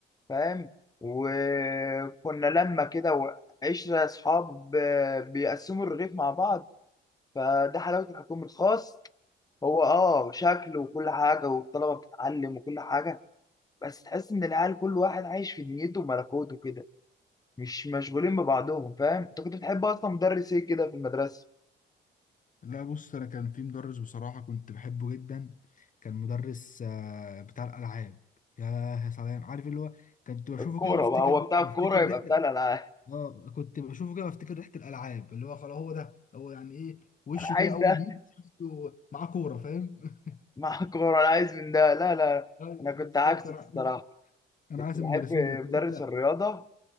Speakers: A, on the left (about 20°); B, on the left (about 40°).
A: فاهم وكنا لما كده وعشرة اصحاب آه، بيقسموا الرغيف مع بعض فده حلاوه الحكومي الخاص هو اه شكل وكل حاجه والطلبه بتتعلم وكل حاجه بس تحس ان العيال كل واحد عايش في دنيته وملكوته كده مش مشغولين ببعضهم فاهم انت كنت بتحب اصلا مدرس ايه كده في المدرسه
B: لا بص انا كان في مدرس بصراحه كنت بحبه جدا كان مدرس آه، بتاع الالعاب يا يا سلام عارف اللي هو كنت بشوفه
A: الكوره
B: كده بفتكر
A: بقى هو بتاع
B: بفتكر
A: الكوره يبقى
B: ريحه
A: بتاع الالعاب
B: اه كنت بشوفه كده بفتكر ريحه الالعاب اللي هو خلاص هو ده هو يعني ايه وشه
A: انا
B: كده
A: عايز
B: اول
A: ده
B: ما بيجي تحسه معاه كوره فاهم <laughs>
A: <laughs> مع الكوره انا عايز من ده لا لا
B: ايوه
A: انا كنت
B: بالظبط
A: عكسك
B: انا
A: الصراحه
B: انا
A: كنت
B: عايز
A: بحب
B: المدرسين دول
A: مدرس
B: انت
A: الرياضه